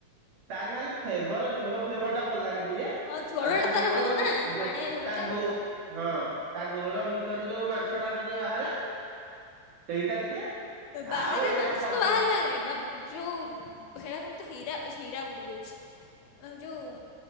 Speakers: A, on the right; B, on the left.
A: ତାରି ଖାଲି ଫ୍ଲେବର ଝୋଳ ଫ୍ଲେବର ଟା ଭଲ ଲାଗେ ଟିକେ।
B: ହଁ ଝୋଳଟା
A: ଆଉ ତା ଗୋଡୋ
B: ତାର ଭଲ ନା
A: ଗୋ
B: ପାଣିଆ ଝୋଳଟା
A: ତା ଗୋ
B: ଭଲ
A: ହଁ ତା ଗୋଡ ଭିତରୁ ଯୋଉ ମାଂସ ଟା ଟିକେ ବାହାରେ ସେଇଟା ଟିକେ
B: ବାହାରେ
A: ଆଉ ଏରା
B: ମଂଷ
A: ବଡି
B: ତ ବାହାରେ ବାହାରେ ବା ଯୋଉ ହେରା କଣ ତ ହୀରା ହୀରାକୁଦୁ କୋହୁଛି। ଅଁ ଯୋଉ